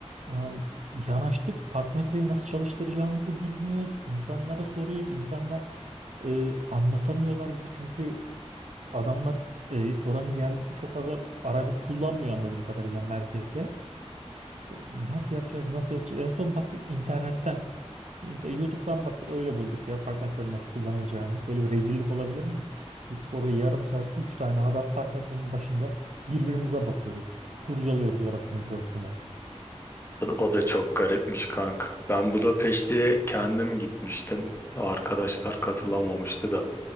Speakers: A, on the right; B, on the left.
A: Ulan yanaştık. Park metreyi nasıl çalıştıracağımızı bilmiyoruz. İnsanlara soruyoruz. İnsanlar e, anlatamıyorlar bize çünkü adamlar e, oranın yerlisi çok fazla araba kullanmıyor anladığım kadarıyla merkezde. Nasıl yapacağız? Nasıl edeceğiz? En son baktık internetten. İnter- YouTube'dan baktık öyle bulduk ya park metrenin nasıl kullanılacağını. Böyle bir rezillik olabilir mi? Gittik orada yarım saat 3 tane adam park metrenin başında birbirimize bakıyoruz. Kurcalıyoruz orasını burasını.
B: O da, o da çok garipmiş kanka. Ben Budapeşte'ye kendim gitmiştim. Arkadaşlar katılamamıştı da.